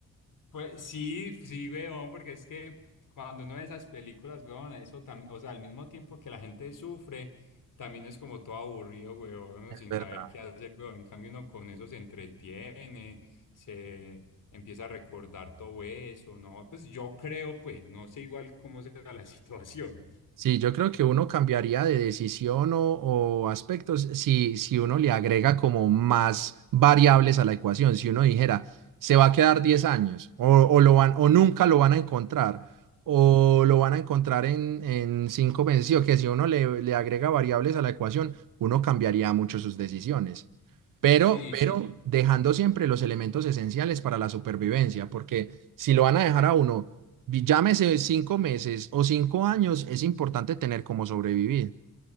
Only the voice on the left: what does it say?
Pues sí, sí, weón, porque es que cuando uno ve esas películas, weón, eso también, o sea, al mismo tiempo que la gente sufre, también es como todo aburrido, weón, uno
sin
saber qué hacer, weón. En cambio, uno con eso se entretiene, se empieza a recordar todo eso, ¿no? Pues yo creo, pues, no sé igual cómo sea la <laughs> situación.
Sí,
sí,